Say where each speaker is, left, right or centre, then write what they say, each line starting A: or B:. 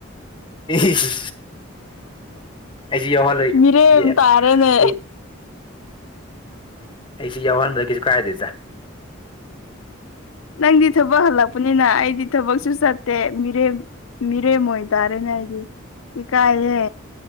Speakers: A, on the left; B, on the left.
A: ꯏꯁ ꯑꯩꯁꯨ ꯌꯥꯎꯍꯜꯂꯣꯏ
B: ꯃꯤꯔꯦꯝ
A: ꯖꯦ
B: ꯇꯥꯔꯦꯅꯦ
A: ꯑꯩ ꯑꯩꯁꯨ ꯌꯥꯎꯍꯟꯕꯗ ꯀꯩꯁꯨ ꯀꯥꯏꯗꯦꯗ
B: ꯅꯪꯗꯤ ꯊꯕꯛ ꯍꯜꯂꯛꯄꯅꯤꯅ ꯑꯩꯗꯤ ꯊꯕꯛꯁꯨ ꯆꯠꯇꯦ ꯃꯤꯔꯦꯝ ꯃꯤꯔꯦꯝ ꯑꯣꯏꯔꯦ ꯇꯔꯦꯅꯦ ꯑꯩꯗꯤ ꯏꯀꯥꯏ ꯍꯦ